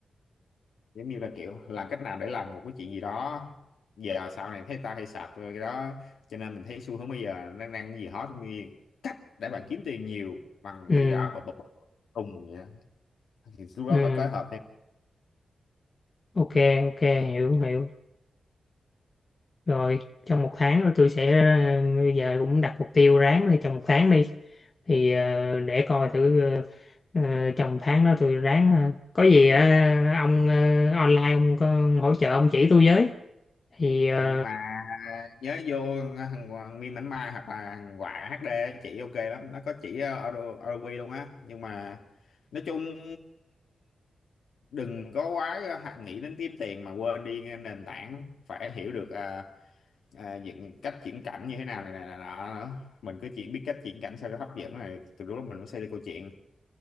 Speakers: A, on the left; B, on the left.
A: giống như là kiểu làm cách nào để làm một cái chuyện gì đó giờ sau này thấy tao hay sạch rồi cái đó cho nên mình thấy xu hướng bây giờ nó đang cái gì hot giống như cách để bạn kiếm tiền nhiều bằng
B: Ừ,
A: gì đó bập bập bập, tùng vậy đó. thì lúc đó
B: ừ,
A: phải phối hợp theo
B: ok, ok, hiểu, hiểu. Rồi, trong một tháng rồi tôi sẽ ờ, bây giờ cũng đặt mục tiêu ráng đi trong một tháng đi. Thì ờ, để coi thử ờ, ờ, trong tháng đó tôi ráng ha. có gì ờ, ông ờ, online ông có hỗ trợ ông chỉ tôi với. Thì ờ,
A: Ờ, nhưng mà nhớ vô thằng Hoàng Nguyên Mảnh Mai hoặc là thằng Quả HD chỉ ok lắm nó có chỉ audio ROV luôn á nhưng mà nói chung đừng có quá hạn nghĩ đến kiếm tiền mà quên đi nền tảng phải hiểu được à, à, dựng cách chuyển cảnh như thế nào này này này nọ nữa. mình cứ chỉ biết cách chuyển cảnh sao cho hấp dẫn này từ lúc đó mình mới xây ra câu chuyện